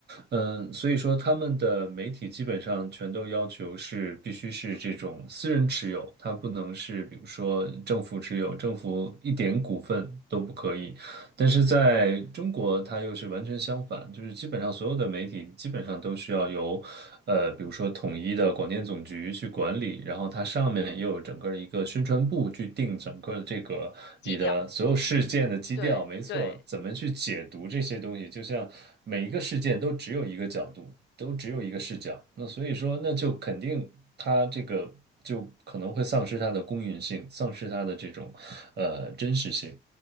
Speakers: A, on the right (about 55°); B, on the left (about 60°).
A: 嗯，所以说他们的媒体基本上全都要求是必须是这种私人持有，它不能是比如说政府持有，政府一点股份都不可以。但是在中国，它又是完全相反，就是基本上所有的媒体基本上都需要由，呃，比如说统一的广电总局去管理，然后它上面又有整个一个宣传部去定整个的这个你的所有事件的基调，
B: 低调。对对，
A: 没错，怎么去解读这些东西，就像每一个事件都只有一个角度，都只有一个视角，那所以说，那就肯定它这个就可能会丧失它的公允性，丧失它的这种呃真实性，